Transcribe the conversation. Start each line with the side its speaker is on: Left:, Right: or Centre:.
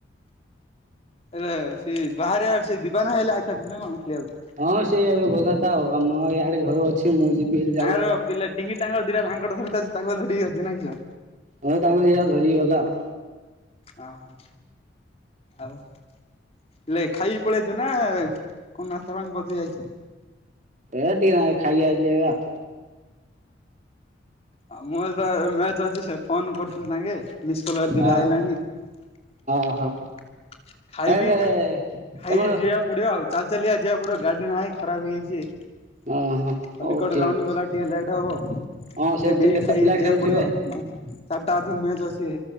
Left: ଆରେ ସେ ବାହାରେ ଆସେ ଯିବା ନା <unintelligible> ସେ ଖେଳିବାକୁ।
Right: ହଁ ସେଏ ଏବେ ଗଲା ତ ଆଉ ମୁଁ ଇଆଡେ ଘରେ ଅଛି। ମୁଁ ଯିବି ଏଇନା
Left: ତାଙ୍କର ପିଲା ଟିଙ୍କି ତାଙ୍କର ଦିଟାଙ୍କ ଧରିକି ଚାଲିଚି ତାକୁ ଧରି କି ଆସୁଚି ନା କିସ।
Right: ହଁ ତାଙ୍କ ଦିଇଟା ଧରିକି ଗଲା ଆଉ।
Left: ଓ ହୋ ଆଉ ହେଲେ ଖାଇକି ପଳେଇଆଇଚ ନା କଣ ନାସ୍ତା ପାଣି ବଜେଇ ଆଇଛ।
Right: ଏ ଟିକେ ନାକୁ ଖାଇକି ଆଇଲି ଏଵେ ଆଉ।
Left: ଆଉ ମୋତ ମ୍ୟାଚ ଅଛି ସେ ଫୋନ କରୁଥିଲି ତାଙ୍କେ। ମିସ୍ କଲ ଦିଟା
Right: ଓହୋ
Left: ଆଇଲାଣି ଆଉ
Right: ଓହୋ
Left: ଖାଇକି
Right: ହେଲେ
Left: ଖାଇକି
Right: ତମର
Left: ଯିବାକୁ ପଡିବ ଆଉ। ଚାଲି ଚାଲି କା ଯିବା ପଡିବ ଗାଡି ନାହିଁ ଖରାପ ହେଇଯାଇଛି। ଆଉ
Right: ଓହୋ ହଉ
Left: ଫଲିକଡ
Right: ଠିକ୍
Left: ଗ୍ରାଉଣ୍ଡ
Right: ଅଛି।
Left: ଗଲାକୁ ଟିକେ ଲେଟ୍ ହବ। ଟିକେ
Right: ହଁ ସେ ତ
Left: ବି
Right: କେତେ
Left: ଖାଇ
Right: ପିଲା
Left: ଯିବାକୁ
Right: ଖେଳୁଥିବେ
Left: ପଡିବ ଆଉ। ଚାରିଟା ଆଠରୁ ମ୍ୟାଚ୍ ଅଛି